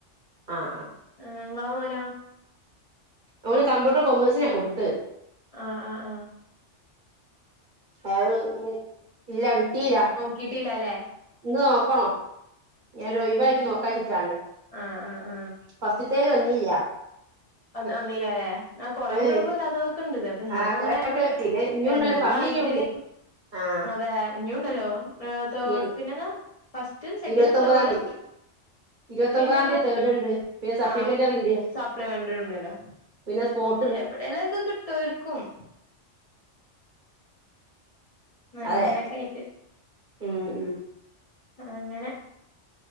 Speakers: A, on the right (about 45°); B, on the left (about 35°).
A: ആഹ് ആഹ്
B: ആഹ് ങ്ങളെ മോനോ.
A: അവള് കമ്പ്യൂട്ടർ കൊമേഴ്സിനാണ് കൊടുത്.
B: ആഹ് ആഹ് ആഹ്
A: ആഹ് ഇല്ല കിട്ടീയില്ല.
B: കിട്ടില്ലല്ലേ
A: ഇന്ന് നോക്കണോ. ഞൻ ഒഴിവായിട്ട് നോക്കാ ചിട്ടാണ്.
B: ആ ആ ആ
A: ഫസ്തുത്തേൽ വന്നില്ല.
B: വന്നില്ലല്ല അല്ലേ. ആ കുറെ കുട്ടികൾക്ക്
A: ഏയ്
B: വരാത്തതൊക്കെ ഉണ്ട്. അത്
A: ആഹ്
B: നമ്മള
A: കൊറേ
B: ഇങ്ങനെ
A: ആയിട്ട് പിന്നെ ഇഞ്ഞുണ്ടല്ലോ
B: എന്തോ
A: സമയം
B: ഭാഗ്യത്തിന്.
A: ഇഞ്ഞുണ്ട് ആഹ്
B: അതെ ഇഞ്ഞുണ്ടല്ലോ. തേ്
A: ഉം
B: പിന്നെന്താ. ഫസ്റ്റും സെക്കൻറും
A: ഇരുപത്തൊമ്പതാം
B: തേർഡും.
A: തീയതി ഇരുപത്തൊമ്പതാം
B: പിന്നെതാ
A: തീയതി തേർഡ് ഉണ്ട് പിന്നെ സപ്ലിമെന്ററി
B: ആ
A: ഉണ്ട്
B: സപ്ലിമെന്ററി ഉണ്ടല്ലോ.
A: പിന്നെ ഫോൺ,
B: എവിടെല ഒക്കെ കിട്ടർക്കും. അങ്ങനൊക്കെ
A: അതെ.
B: ആയിട്ട്
A: ഉം ഉം
B: അങ്ങനെ.